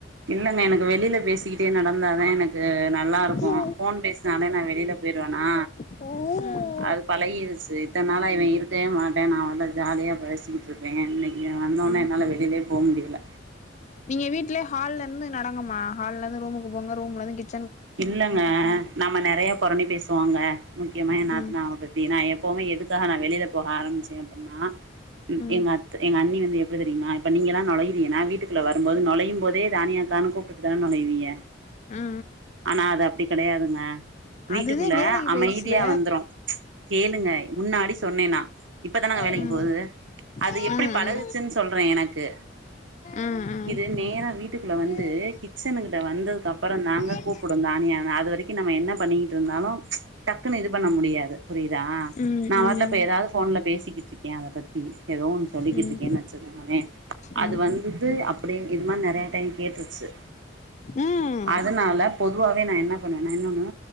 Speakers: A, on the right; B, on the left.
A: இல்லங்க எனக்கு வெளில பேசிக்கிட்டே நடந்தாதே எனக்கு நல்லாருக்கு
B: ம்
A: ஃபோன் பேசி னால நா வெளில போயிருவனா
B: ஆஹ
A: அது பழகிருச்சு இத்தனாலா இவ இருக்கவே மாட்டா நா வள ஜாலியா பேசிக்கிட்ருப்பே இன்னைக்கி இவ வந்தோனே
B: ம்
A: என்னால வெளிலயே போ முடில
B: நீங்க வீட்லயே ஹால்லருந்து நடங்கமா ஹால்லருந்து ரூமுக்கு போங்க ரூம்ல இருந்து கிச்
A: இல்லங்க நம்ம நெறய புறணி பேசுவோங்க முக்கியமா எ நாத்தனாவ
B: ம்
A: பத்தி ஏனா எப்பவுமே எதுக்காக நா வெளில போக ஆரம்பிச்சே அப்பின்னா
B: ம்
A: எங்க அத் எங்க அண்ணி வந்து எப்டி தெ நா இப்ப நீங்கலா நொழைறீங்கனா வீட்டுகுள்ள வரும்போது நுழையு போதே ராணி அக்கானு கூப்ட்டுட்டு தான நொழைவீக
B: ஆ ஹ
A: ஆனா அது அப்டி கெடையாதுங்க வீட்டுக்குள்ள
B: அதுதே வேலைக்கு
A: அமைதியா
B: போயிருச்சுல
A: வந்ரு கேளுங்க முன்னாடி சொன்னே நா இப்பதான வேலைக்கு
B: ம்
A: போது
B: ம்
A: அது எப்டி பழகுச்சுன் சொல்றே எனக்கு
B: ம்
A: இது நேரா வீட்டுக்குள்ள வந்து
B: ம்
A: கிச்சனு கிட்ட வந்ததுக்கு அப்பறந்தாங்க
B: ம்
A: கூப் புடுங்கானியா அது வரைக்கு நம்ம என்ன பண்ணிக்கிட்ருந்தாலு டக்குன்னு இது பண்ண முடியாது புரியுதா
B: ம்
A: நா
B: ம்
A: வர்ல போய் எதாவது போன்ல பேசிக்கிட்ருக்கே அத பத்தி ஏதோ ஒன்னு சொல்லிக்கிட்ருக்கேன்
B: ம்
A: வச்சுக்கங்களே
B: ம்
A: அது வந்து இது அப்டியே இது மாரி நெறய டைம் கேட்ருச்சு
B: ம்
A: அதனால பொதுவாவே நா என்ன பண்ணுவேனா இன்னொன்னு